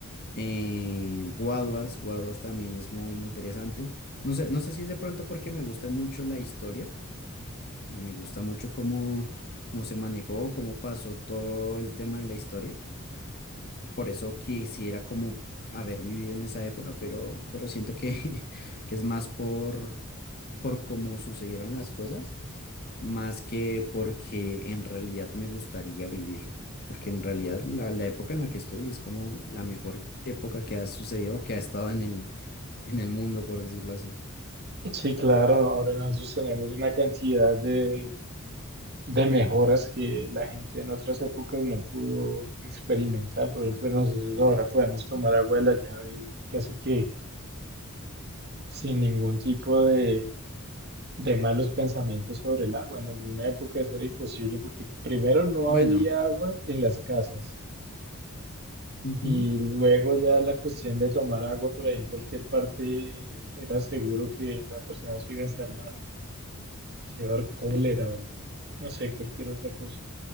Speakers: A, on the left; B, on the right.
A: Eh, Guaduas, Guaduas también es muy interesante. No sé, no sé si es de pronto porque me gusta mucho la historia y me gusta mucho cómo, cómo se manejó, cómo pasó todo el tema de la historia. y Por eso quisiera como haber vivido en esa época, pero, pero siento que, <laughs> que es más por, por cómo sucedieron las cosas más que porque en realidad me gustaría vivir, porque en realidad la, la época en la que estoy es como la mejor época que ha sucedido, que ha estado en el, en el mundo, por decirlo así.
B: Sí, claro, ahora nosotros tenemos una cantidad de, de mejoras que la gente en otras épocas no pudo experimentar. Por ejemplo, nosotros ahora podemos tomar agua de la llave casi que sin ningún tipo de, de malos pensamientos sobre el agua. En una época eso era imposible porque primero no
A: Bueno,
B: había agua en las casas
A: ujú,
B: y luego ya la cuestión de tomar agua por ahí en cualquier parte era seguro que la persona se iba a enfermar, se iba a dar cólera o no sé, cualquier otra cosa.